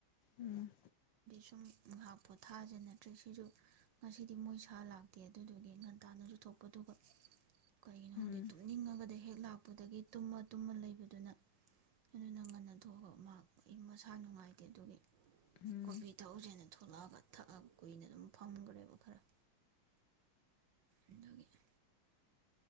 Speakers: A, on the left; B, on the right.
A: ꯎꯝ
B: ꯁꯨꯝ ꯉꯥꯏꯍꯥꯛ ꯄꯣꯊꯥꯖ ꯅꯠꯇ꯭ꯔ ꯁꯤꯁꯨ ꯉꯁꯤꯗꯤ ꯃꯣꯏ ꯁꯥꯔ ꯂꯥꯛꯇꯦ ꯑꯗꯨꯗꯨꯒꯤ ꯉꯟꯇꯥꯥꯟꯅꯁꯨ ꯊꯣꯛꯄ ꯑꯗꯨꯒ ꯀꯩꯒꯤꯅꯣ
A: ꯎꯝ
B: ꯈꯪꯗꯦ ꯇꯨꯝꯅꯤꯡꯉꯒꯗ ꯂꯩ ꯍꯦꯛ ꯂꯥꯛꯄꯗꯒꯤ ꯇꯨꯝꯃ ꯇꯨꯝꯃ ꯂꯩꯕꯗꯨꯅ ꯑꯗꯨꯅ ꯉꯟꯅ ꯊꯣꯛꯑꯒ ꯃꯍꯥꯛ ꯑꯩ ꯃꯁꯥ ꯅꯨꯡꯉꯥꯏꯇꯦ ꯑꯗꯨꯒꯤ
A: ꯎꯝ
B: ꯀꯣꯐꯤ ꯊꯛꯎꯁꯦꯅ ꯑꯗꯨ ꯊꯣꯂꯛꯑꯒ ꯊꯛꯑꯒ ꯀꯨꯏꯅ ꯑꯗꯨꯝ ꯐꯝꯒ꯭ꯔꯦꯕ ꯈꯔ ꯑꯗꯨꯒꯤ